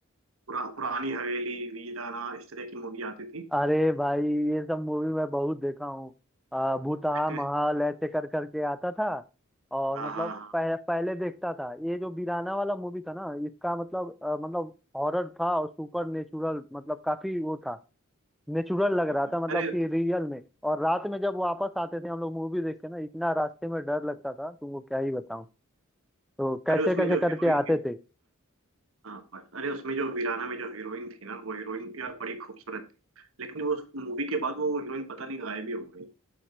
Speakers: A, on the right (about 80°); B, in the centre.
A: पुरा, पुरानी हवेली वीराना इस तरह की मूवी आती थी
B: अरे भाई ये सब मूवी मैं बहुत देखा हूँ आ, भूतहा
A: <laughs>
B: महाल ऐसे कर करके आता था और
A: हाँ
B: मतलब
A: हाँ हाँ
B: पह, पहले देखता था ये जो बीराना वाला मूवी था ना इसका मतलब आ, मतलब हॉरर था और सुपर नेचुरल मतलब काफी वो था नेचुरल लग
A: हम्म।
B: रहा था मतलब
A: अरे
B: कि रियल में और रात में जब वापस आते थे हम लोग मूवी देख के ना इतना रास्ते में डर लगता था तुमको क्या ही बताऊं तो कैसे
A: अरे उसमें
B: कैसे
A: जो हीरोइन
B: करके आते थे
A: हाँ अरे उसमें जो वीराना में जो हीरोइन थी ना वो हीरोइन यार बड़ी खूबसूरत थी लेकिन वो मूवी के बाद वो हीरोइन पता नहीं गायब ही हो गई